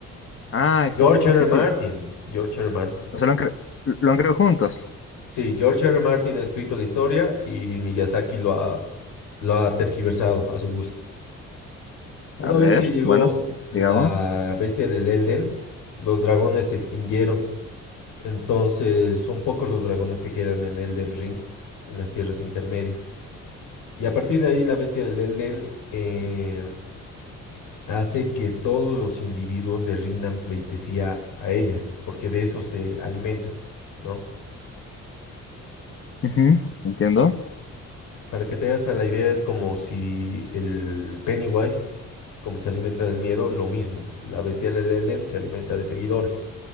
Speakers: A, on the left (about 45°); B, on the left (about 85°).
A: Ah, sí,
B: George
A: sí, sí,
B: R.
A: sí,
B: R. Martin.
A: sí.
B: George R. R. Martin.
A: O sea, lo han, cre- lo han creado juntos.
B: Sí, George R. R. Martin ha escrito la historia y Miyazaki lo ha, lo ha tergiversado a su gusto. Una
A: A ver,
B: vez que llegó
A: bueno, sí, sigamos.
B: la bestia del Elden, los dragones se extinguieron. Entonces son pocos los dragones que quedan en Elden Ring, en las tierras intermedias. Y a partir de ahí la bestia del Elden eh, hace que todos los individuos le rindan pleitesía a ella, porque de eso se alimenta, ¿no?
A: Ujú, entiendo.
B: Para que te hagas a la idea es como si el Pennywise, como se alimenta del miedo, lo mismo. La bestia del Elden se alimenta de seguidores.